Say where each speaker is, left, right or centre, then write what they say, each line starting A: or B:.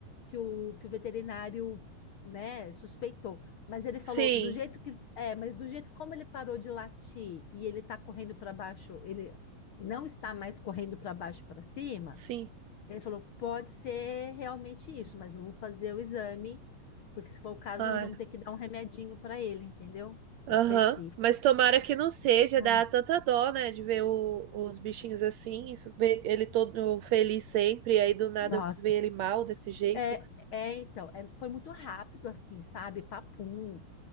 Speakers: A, on the left; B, on the right.
A: que o, que o veterinário, né, suspeitou. Mas ele
B: Sim,
A: falou do jeito que é, mas do jeito como ele parou de latir e ele está correndo para baixo, ele não está mais correndo para baixo e para cima.
B: sim.
A: Ele falou: pode ser realmente isso, mas vamos fazer o exame, porque se for o caso,
B: Ah,
A: nós vamos ter que dar um remedinho para ele, entendeu? Específico.
B: aham. Mas tomara que não seja,
A: Ai.
B: dá tanta dó, né, de ver o- os bichinhos assim, ver ele todo feliz sempre, e aí do nada
A: Nossa,
B: ver ele mal desse jeito.
A: é, é então, é- foi muito rápido assim, sabe? Papum.